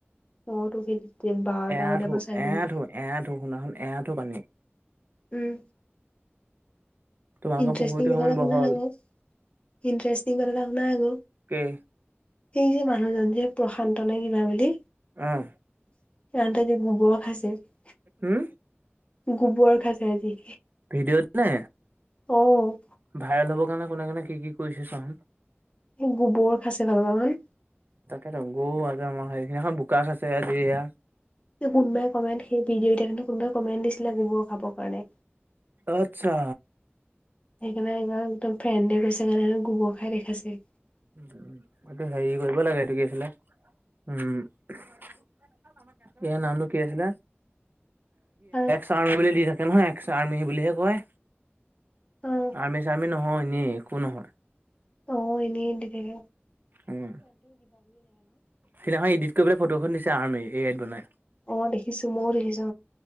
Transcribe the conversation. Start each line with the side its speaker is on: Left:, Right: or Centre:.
Left: মইতো সেই তেতিয়া বাৰটা
Right: এয়া
Left: বজাৰ
Right: থো
Left: পৰা চাৰে তিনটা।
Right: এয়া থো এয়া থো শুনা শোন এৰাঠো পানী
Left: উম
Right: তোমালোকৰ
Left: ইণ্টাৰেষ্টিং
Right: পুখুৰীটো
Left: কথা
Right: সমান
Left: এটা শুনা
Right: বহল
Left: আক ইণ্টাৰেষ্টিং কথা এটা শুনা আক
Right: কেই
Left: এই যে মানুহজন যে প্ৰশান্ত নে কিবা বুলি
Right: উহ
Left: <unintelligible>
Right: উম
Left: গোবৰ খাইছে আজি
Right: ভিডিঅ'টো নে
Left: অ',
Right: ভাইৰেল হ'বৰ কাৰণে কোনে কোনে কাৰণে কি কি কৰিছে চাচোন
Left: এই গোবৰ খাছে ভাল <unintelligible>
Right: তাকে ৰ গৌ আৰু আমাৰ সেইখিনি এখন বোকা খ আছে আজিয়া
Left: কোনোবাই কমেণ্ট সেই ভিডিঅ' এতিয়া কিন্তু কোনোবাই কমেণ্ট দিছিলে গবোৰ খাবৰ কাৰণে
Right: আত্ছা
Left: সেইকাৰণে এবাৰ একদম ফ্ৰেণ্ডে গৈছে সেইকাৰণে গোবৰ খাই দেখাইছে
Right: উ এইটো হেৰি কৰিব লাগে সটো কি আছিলে উম ইয়াৰ নামটো কি আছিলে
Left: অ',
Right: স এক বুলি দি থাকে নহয় আৰ্মি বুলিহে কয়
Left: অ',
Right: আৰ্মি চাৰ্মি নহয় হি এনে একো নহয়।
Left: অ', দি থাক
Right: উম হিদিনাখন এডিট কৰিবেলাই ফটোখন দিছে আৰ্মি এই আত বনাই
Left: অ দেখিছো মইও দেখিছো